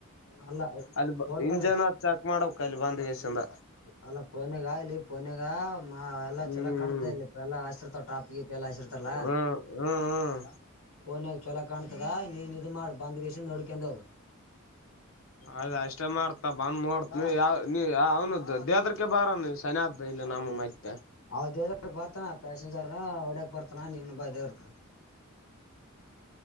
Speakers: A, on the left; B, on the left.
A: ಅಲ್ಲ
B: ಅಲ್ಲಿ
A: ಫೋಟೋದಾಗ
B: ಇಂಜನ್ ಚಕ್ ಮಾಡ ಅಲ್ಲಿ ಬಂದಕೆಸಿಂದ
A: ಅಲ್ಲ ಪನಗ ಇಲ್ಲಿ ಪನಾಗ ಎಲ್ಲ
B: ಹ್ಮ್
A: ಚೊಲೋ ಕಾಣ್ತ ಇಲ್ಲಿ ಇ ಎಲ್ಲಾ ಹಸಿರ್ತಾವ ಟಾಪಿಗೆ ಇ ಎಲ್ಲ ಹಸಿರ್ತಲ್ಲ
B: ಹ್ಮ್ ಹ್ಮ್ ಹ್ಮ್
A: ಫೋನ್ಾಗ ಚೊಲೋ ಕಾಣ್ತದ ನೀನು ಇದು ಮಾಡ ಬಂದ್ಗೇಸ ನೋಡ್ಕಂಡೋಗ
B: ಅದ ಅಷ್ಟ ಮಾರತ ಮತ್ತ ಬಂದ್ ನೋಡ್ತ ನೀ ಯಾವ ನೀ ಅವ್ನದದು ದೇದ್ರೆ ಬರ ನೀ ಸನಯ ಇಲ್ಲಿ ನಮ ಮತ್ತೆ
A: ಅವ ದೇ ಬರ್ತಾನ ಪ್ಯಾಸೆಂಜರ್ ಒಡಕ್ ಬರ್ತಾನ ನೀವ ಬ ದೇವರ್ಕಾ